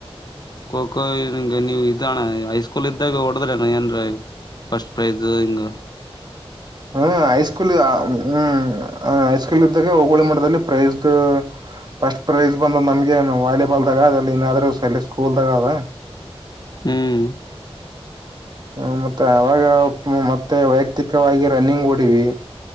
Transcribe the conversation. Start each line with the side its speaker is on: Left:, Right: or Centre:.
Left: ಖೋ ಖೋಗೆ ನೀವ್ ಇದ್ದಣ ಹೈಸ್ಕೂಲ್ ಇದ್ದಾಗ ಹೊಡದ್ರಣ ಏನ್ ಫಸ್ಟ್ ಪ್ರೈಸ್ ಹಂಗ
Right: ಹ್ಮ್ ಹೈಸ್ಕೂಲ್ ಹ್ಮ್ ಹಸ್ಕೂ ಇದಾಗ ಹೋಗಳಿ ಮಾಡದಲ್ಲಿ ಪ್ರೈಸ್ ಫಸ್ಟ್ ಪ್ರೈಸ್ ಬಂದ ನಮ ಈನು ವಾಲಿಬಾಲ್ದಾಗ ಅಲ್ಲಿ ಏನಾದ್ರೂ ಸಲ್ಲಿ ಸ್ಕೂಲ್ದಾಗ ಅದ
Left: ಹ್ಮ್
Right: ಹ್ಮ ಮತ್ತೆ ಅವಾಗ ಮತ್ತೆ ವೈಯಕ್ತಿಕವಾಗಿ ರನ್ನಿಂಗ್ ಓಡಿವಿ